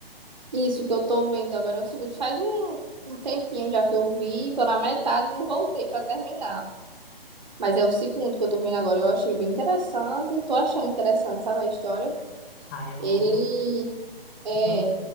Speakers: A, on the right; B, on the left.
A: Isso que eu tô vendo agora é o seguinte, faz um, um tempinho já que eu vi, tô na metade e não voltei pra terminar. Mas é o segundo que eu tô vendo agora, eu achei bem interessante, tô achando interessante, sabe a história?
B: Ai, Elô,
A: Ele é,
B: Vo-